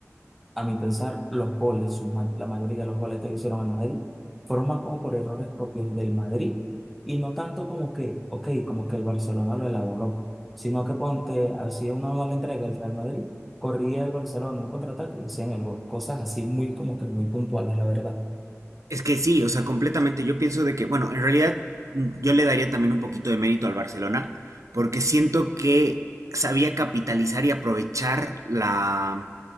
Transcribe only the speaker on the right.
Es que sí, o sea, completamente. Yo pienso de que, bueno, en realidad mm, yo le daría también un poquito de mérito al Barcelona, porque siento que sabía capitalizar y aprovechar la,